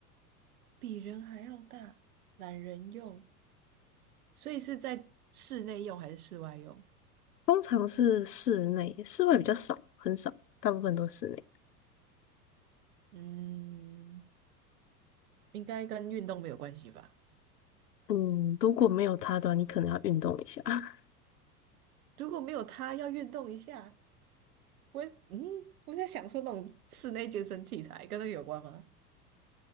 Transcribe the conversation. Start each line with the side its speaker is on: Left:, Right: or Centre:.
Right: 比人还要大，懒人用，所以是在室内用还是室外用？
Left: 通常是室内，室外比较少，很少，大部分都是室内。
Right: 嗯，应该跟运动没有关系吧？
Left: 嗯，如果没有它的话，你可能要运动一下。<laughs>
Right: 如果没有他要运动一下。我嗯，我在想说那种室内健身器材跟那个有关吗？